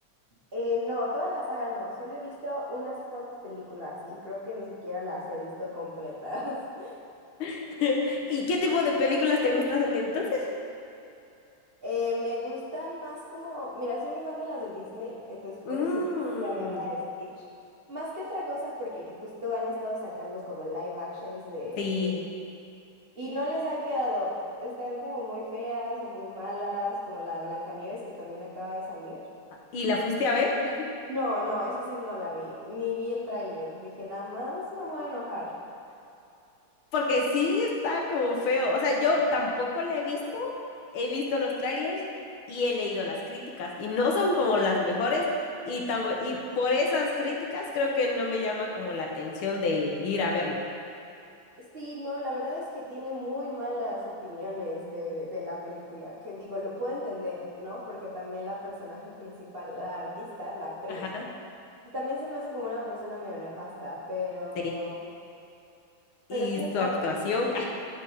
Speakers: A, on the right; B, on the left.
A: Eh, no, toda la saga no, solo he visto unas cuantas películas y creo que ni siquiera las he visto completas. <laughs>
B: <laughs> ¿Y qué tipo de películas te gustan entonces?
A: Eh, me gustan más como, mira, soy muy fan de las de Disney, entonces por
B: Mm,
A: eso quiero ir a ver la de Stitch. Más que otra cosa, porque justo han estado sacando como live actions de,
B: sí.
A: de Disney y no les han quedado. Están como muy feas o muy malas, como la de Blancanieves que también acaba de salir.
B: ¿Y la fuiste a ver? <laughs>
A: No, no, esa sí no la vi, ni vi el tráiler. Dije, nada más me voy a enojar.
B: Porque sí está como feo. O sea, yo tampoco la he visto. He visto los trailers y he leído las críticas y no son como las mejores. Y, tam- y por esas críticas creo que no me llama como la atención de ir a verlo.
A: Sí, no, la verdad es que tiene muy malas opiniones de, de la película, que digo, lo puedo entender, ¿no? Porque también la personaje principal, la artista, la actriz,
B: Ajá,
A: y también se me hace como una persona medio nefasta, pero,
B: sí.
A: pero
B: Y
A: quién
B: su
A: sabe.
B: actuación, ah,